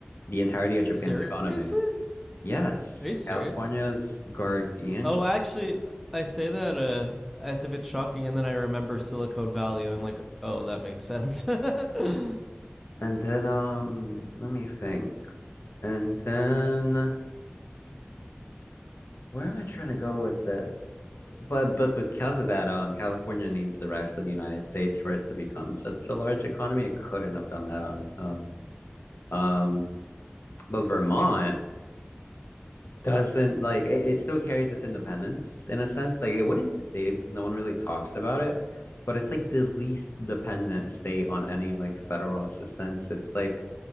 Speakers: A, on the left; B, in the centre.
A: the entirety of Japan's
B: Seriously?
A: economy. Yes,
B: Are you serious?
A: California's gargantuan.
B: Oh, actually I say that uh as if it's shocking and then I remember Silicon Valley and I'm like, "Oh, that makes sense." <laughs> right.
A: And then um, let me think. And then where am I trying to go with this? But but because of that, um, California needs the rest of the United States for it to become such a large economy. It couldn't have done that on its own. Um, but Vermont doesn't like it, it still carries its independence in a sense. Like it wouldn't secede. No one really talks about it, but it's like the least dependent state on any like federal assistance. It's like